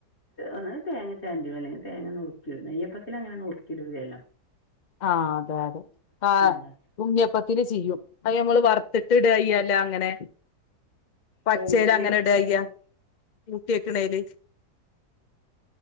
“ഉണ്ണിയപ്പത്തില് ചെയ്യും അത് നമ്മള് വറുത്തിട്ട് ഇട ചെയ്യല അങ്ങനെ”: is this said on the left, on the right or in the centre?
Left